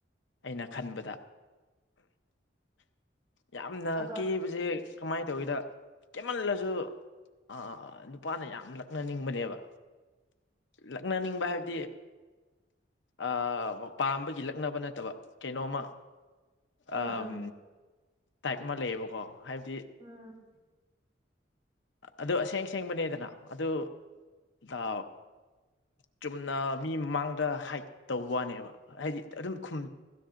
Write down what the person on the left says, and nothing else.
ꯑꯩꯅ ꯈꯟꯕꯗ
ꯌꯥꯝꯅ
ꯀꯦꯕꯖꯦ ꯀꯃꯥꯏ ꯇꯧꯒꯦꯗ ꯀꯦꯃꯜꯂꯁꯨ ꯑ ꯅꯨꯄꯥꯅ ꯌꯥꯝ ꯂꯛꯅꯅꯤꯡꯕꯅꯦꯕ ꯂꯛꯅꯅꯤꯡꯕ ꯍꯥꯏꯕꯗꯤ ꯑꯥ ꯄꯥꯝꯕꯒꯤ ꯂꯛꯅꯕ ꯅꯠꯇꯕ ꯀꯩꯅꯣꯝꯃ
ꯑꯥꯝ
ꯇꯥꯏꯞ ꯑꯃ ꯂꯩꯌꯦꯕꯀꯣ ꯍꯥꯏꯕꯗꯤ
ꯑꯗꯨ ꯑꯁꯦꯡ ꯁꯦꯡꯕꯅꯤꯗꯅꯥ ꯑꯗꯨ ꯑ ꯆꯨꯝꯅ ꯃꯤ ꯃꯃꯥꯡꯗ ꯍꯥꯏꯠ ꯇꯧꯕ꯭ꯋꯥꯅꯦꯕ ꯍꯥꯏꯗꯤ ꯑꯗꯨꯝ ꯈꯨꯝ